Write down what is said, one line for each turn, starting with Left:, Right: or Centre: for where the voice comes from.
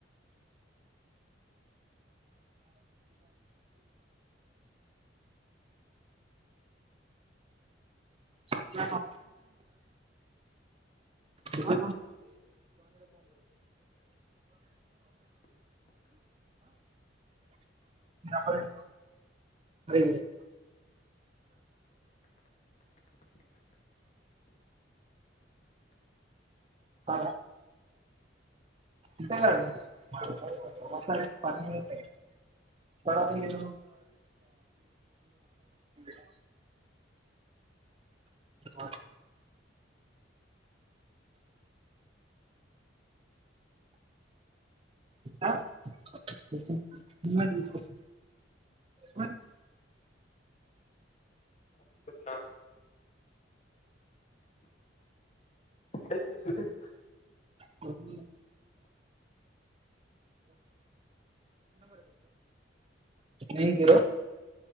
Right: స న్ వా <inaudible> <unintelligible> అరే అ ఇంటానవ <unintelligible> పెర్మనెంట్ అయింది <unintelligible> ఆ <inaudible> <unintelligible> తీస్కోస్ వన్
Left: <unintelligible> తున్న అంటే క్రికెట్
Right: కొన్న nine zero